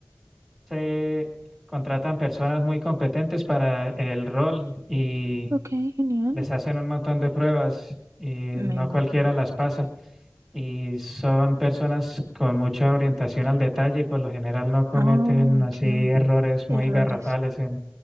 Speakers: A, in the centre; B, on the right.
A: se contratan personas muy competentes para el rol y
B: ok, genial.
A: les hacen un montón de pruebas y
B: me
A: no
B: imagino.
A: cualquiera las pasa. Y son personas con mucha orientación al detalle y por lo general no cometen
B: Oh,
A: así
B: claro,
A: errores
B: errores.
A: muy garrafales